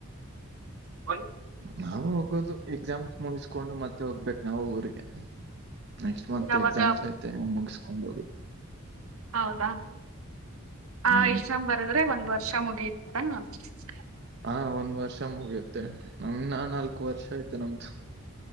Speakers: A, on the right (about 80°); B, on the right (about 50°).
A: ಹ್ಮ.
B: ನಾವವು ಹೋಗೋದು ಎಕ್ಸಾಮ್ಸ್ ಮುಗಿಸ್ಕೊಂಡು ಮತ್ತೆ ಹೋಗ್ಬೇಕಕ್ ನಾವು ಊರಿಗೆ.. ನೆಕ್ಸ್ಟ್ ಮಂತ್
A: ಯಾವಾಗ
B: ಎಕ್ಸಾಮ್ಸ್ ಐತೆ ಮುಗಸ್ಕೊಂಡ ಹೋಗ..
A: ಹೌದಾ ಆ
B: ಹ್ಮ್.
A: ಇಷ್ಟಾಮ್ ಬರದ್ರೆ ಒಂದ್ ವರ್ಷ ಮುಗಿತ.. ಹ..
B: ಹಾ ಒಂದ್ ವರ್ಷ ಮುಗಿಯುತ್ತೆ ನಮನಾ ನಾಲ್ಕು ವರ್ಷ ಐ್ತೆ ನಮ್ದು..